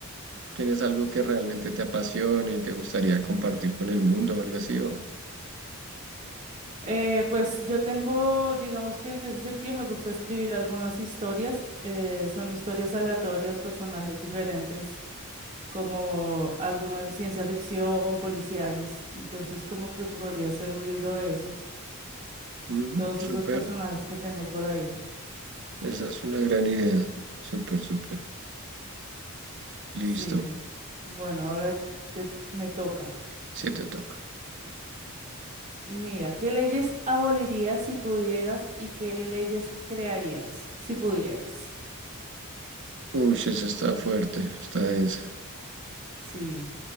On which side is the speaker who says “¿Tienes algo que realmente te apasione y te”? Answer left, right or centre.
Right